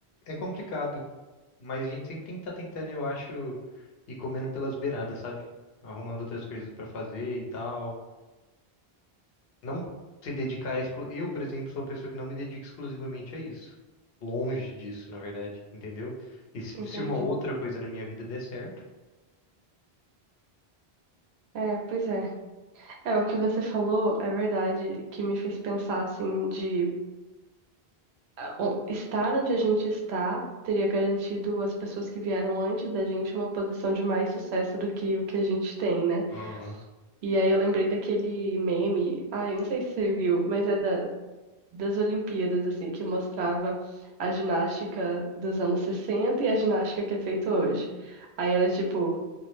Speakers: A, on the left; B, on the right.
A: é, é complicado. Mas a gente sempre tem que estar tentando, eu acho, ir comendo pelas beiradas, sabe? Arrumando outras coisas pra fazer e tal. Não se dedicar a exclu... Eu, por exemplo, sou uma pessoa que não me dedica exclusivamente a isso. Longe disso, na verdade, entendeu? E se,
B: Entendi.
A: se uma outra coisa na minha vida der certo.
B: É, pois é. É, o que você falou é verdade, que me fez pensar assim de ah, o- estar onde a gente está teria garantido às pessoas que vieram antes da gente uma posição de mais sucesso do que o que a gente tem, né?
A: Aham.
B: E aí eu lembrei daquele meme, ai, não sei se você viu, mas é da, das Olimpíadas, assim, que mostrava a ginástica dos anos 60 e a ginástica que é feita hoje. Aí era tipo,